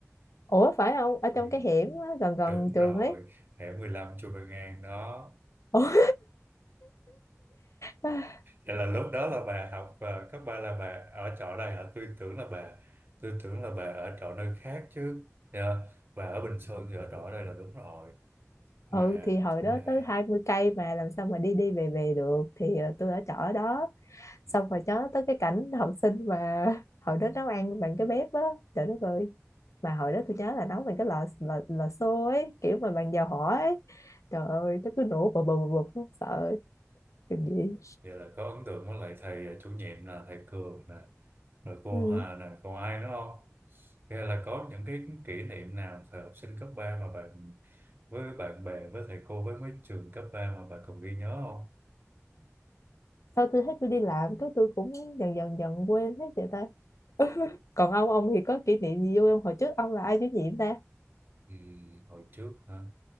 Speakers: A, on the left; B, on the right.
A: ủa phải không ở
B: Ừ.
A: trong cái hẻm á, gần gần
B: Đúng
A: trường
B: rồi,
A: ấy
B: hẻm 15 Chu Văn An đó.
A: Ủa? <laughs>
B: Vậy là lúc đó là bà học ờ, cấp 3 là bà ở trọ đây hả? Tôi tưởng là bà tôi tưởng là bà ở trọ nơi khác chứ. Dạ, Bà ở Bình Sơn thì ở trọ ở đây là đúng rồi. Mà
A: ừ thì hồi
B: cũng
A: đó
B: là
A: tới hai mươi cây mà làm sao mà đi đi về về được thì ờ, tôi ở trọ ở đó
B: ừ,
A: xong rồi nhớ tới cái cảnh <laughs> học sinh mà hồi đó nấu ăn bằng cái bếp á trời đất ơi mà hồi đó tôi nhớ là nấu bằng cái lò lò, lò xo ấy kiểu mà bằng dầu hỏa ấy trời ơi nó cứ nổ bập bập bập bập, sợ kinh
B: ừ.
A: dị
B: Vậy là có ấn tượng với lại thầy ờ, chủ nhiệm là thầy Cường nè, rồi cô
A: ừ.
B: Hà nè, còn ai nữa không? Hay là có những cái kỷ niệm nào thời học sinh cấp 3 mà bạn với bạn bè với thầy cô với mấy trường cấp 3 mà bạn còn ghi nhớ không?
A: sau tôi thấy tôi đi làm cái tôi cũng dần dần dần quên hết vậy ta <laughs> còn ông ông thì có kỷ niệm gì vui không hồi trước ông là ai chủ nhiệm ta
B: Ừ, hồi trước hả?